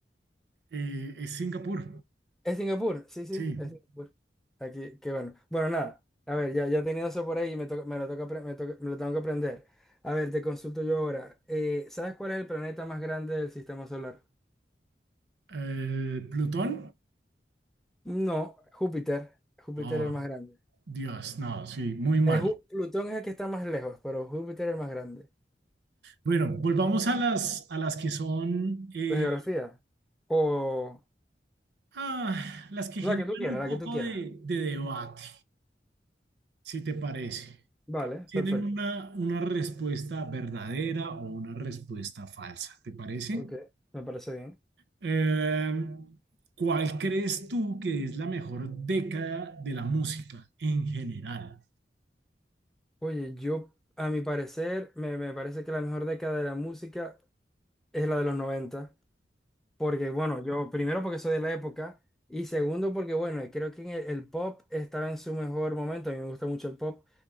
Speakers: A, on the right; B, in the centre.
A: Eh, es Singapur,
B: Es Singapur, sí, sí,
A: sí.
B: es Singapur. Aquí, qué bueno. Bueno, nada, a ver, ya, ya tenía eso por ahí y me, toca- me, lo toca, apre- me, toca- me lo tengo que aprender. A ver, te consulto yo ahora. Eh, ¿sabes cuál es el planeta más grande del sistema solar?
A: El Plutón.
B: No, Júpiter. Júpiter
A: Oh,
B: es el más grande.
A: Dios, no, sí, muy mal.
B: Eh, Ju- Plutón es el que está más lejos, pero Júpiter es el más grande.
A: Bueno, volvamos a las, a las que son, eh,
B: ¿De geografía? O
A: ah, las que
B: la
A: generan
B: que tú quieras,
A: un
B: la
A: poco
B: que tú quieras.
A: de, de debate, si te parece.
B: Vale,
A: Tienen
B: perfecto.
A: una, una respuesta verdadera o una respuesta falsa, ¿te parece?
B: Ok, me parece bien.
A: Eh, ¿cuál crees tú que es la mejor década de la música en general?
B: Oye, yo, a mi parecer, me, me parece que la mejor década de la música es la de los 90 porque bueno, yo primero porque soy de la época y segundo porque bueno, creo que en el, el pop estaba en su mejor momento, a mí me gusta mucho el pop,